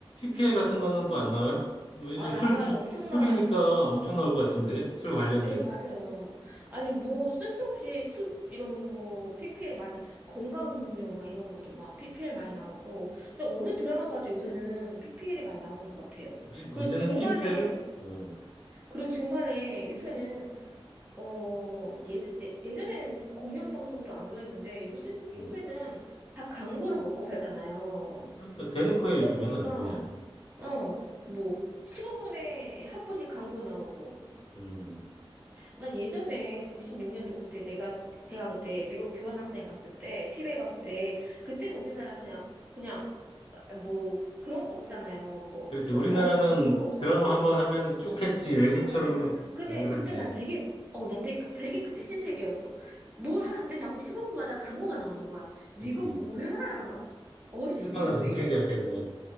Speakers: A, on the left; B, on the right.
A: p l 같은 거는 또 안 나와요? 왜냐면
B: 아, 나와요.
A: 술, 주-
B: 엄청
A: 술이니까
B: 나와요. 요새,
A: 엄청 나올 것 같은데
B: 음,
A: 술 관련된.
B: 예, 맞아요. 아니,
A: 음.
B: 뭐, 쓸데없이 술, 이런 거, PPL 많이, 건강음료 막 이런 것도 막 PPL 많이 나오고. 근데 어느 드라마 봐도 요새는 PPL이 많이 나오는 것 같아요.
A: 이제,
B: 그리고
A: 이제는
B: 중간에,
A: PPL을 어,
B: 그리고 중간에 요새는, 어, 예, 예- 예전에는 공연방송도 안 그랬는데, 요새, 요새는
A: 음.
B: 다 광고를 먹고 살잖아요.
A: 그러니까 대놓고 해
B: 그러다
A: 요즘엔
B: 보니까,
A: 아주 그냥.
B: 어, 뭐, 15분에 한 번씩 광고 나오고,
A: 음.
B: 나 예전에 96년도 그때 내가 제가 그때 미국 교환학생 갔을 때 TV에 봤을 때 그때는 우리나라 그냥 그냥 뭐 그런 거 없었잖아요. 뭐
A: 그렇지
B: 종편
A: 우리나라는
B: 방송 그런 거 없었고
A: 드라마 한번 하면은 쭉 했지 외국처럼
B: 쭉 갔잖아. 근데
A: 안 그러지.
B: 그때 난 되게 어 나 되게, 되게 그때 신세계였어. 뭘 하는데 자꾸 15분마다 광고가 나오는 거야. 이건
A: 그렇지
B: 뭐야? 막 어씨
A: 신선한
B: 미국
A: 충격이었겠네.
B: 왜 이래? 막 이랬던